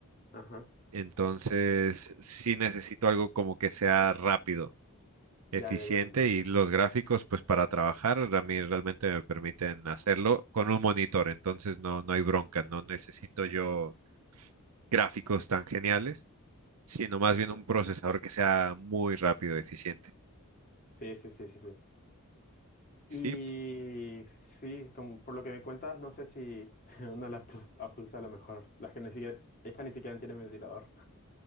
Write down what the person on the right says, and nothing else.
Entonces, sí necesito algo como que sea rápido, eficiente
y los gráficos, pues para trabajar, a mí realmente me permiten hacerlo con un monitor. Entonces, no, no hay bronca, no necesito yo gráficos tan geniales, sino más
bien un procesador que sea muy rápido, eficiente.
Sí,